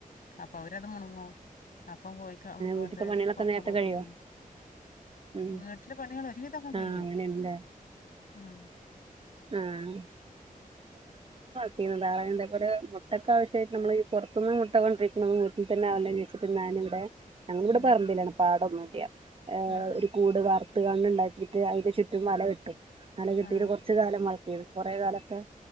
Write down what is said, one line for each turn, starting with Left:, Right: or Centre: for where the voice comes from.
Left: അപ്പൊ അവരത് മുണുങ്ങോ ഇപ്പം പോയിക്ക പോത്
Right: വീട്ടിത്തെ പണികളൊക്കെ
Left: കൊക്ക
Right: നേരത്തെ
Left: പോയിക്കൊടുക്കും
Right: കഴിയോ ഉം
Left: വീട്ടിലെ പണികൾ ഒരുവിധൊക്കെ കഴും
Right: ആഹ് അങ്ങനെയാണല്ലേ
Left: ഹം
Right: ആഹ് കട്ടുന്നത്ാധാ ഇതേപോലെ മുട്ടൊക്ക ആശ്യമായിട്ട നമ്മൾ ഈ പുറത്തനിന്ന് മുട്ട കൊണ്ടരിക്കണന്ന വട്ടിൽന്ന ആാവില്ലോെന്ന് ചോച്ചിട്ട് ഞാനിവിടെ ഞങ്ങൾ ഇവിടെ
Left: ഉം
Right: പറമ്പലാണ് പാടൊന്ന യാ ഹ്
Left: ഉം ഉം
Right: ഒരു കൂട് വാർത്ത കണ് ഉണ്ടാക്കി എന്നിട്ട് അതി ചുറ്റും വല കെട്ടും വല കെട്ടി
Left: ഉം
Right: കുറച്ചു കാലം വളർത്തിയത് കുറെേ കാലൊക്കെ